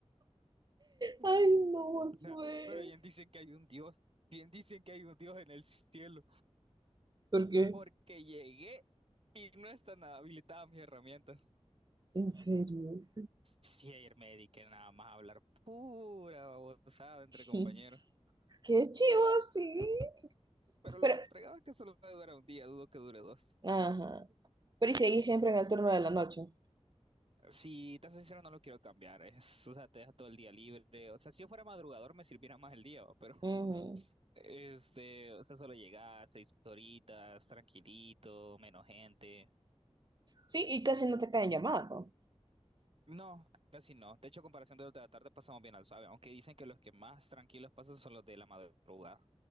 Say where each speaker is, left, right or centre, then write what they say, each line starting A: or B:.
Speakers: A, on the right; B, on the right.
A: <laughs> <laughs>
B: Ay, no, Josué.
A: Nah, pero bien dicen que hay un Dios, bien dicen que hay un Dios en el cielo,
B: Porque,
A: porque llegué y no están habilitadas mis herramientas.
B: ¿En serio?
A: Sí, ayer me dediqué nada más a hablar pura babosada entre
B: <laughs>
A: compañeros.
B: qué chivo, sí.
A: Pero lo
B: Pero,
A: fregado es que solo dura un día, dudo que dure dos.
B: ajá. Pero y seguís siempre en el turno de la noche.
A: Si te soy sincero, no lo quiero cambiar. Es, o sea, te deja todo el día libre. O sea, si yo fuera madrugador me sirviera más el día, ¿va? pero
B: Ujú.
A: este, o sea, solo llegas seis horitas, tranquilito, menos gente.
B: Sí, y casi no te caen llamadas, ¿no?
A: No, casi no. De hecho, a comparación de los de la tarde pasamos bien al suave, aunque dicen que los que más tranquilos pasan son los de la madrugada.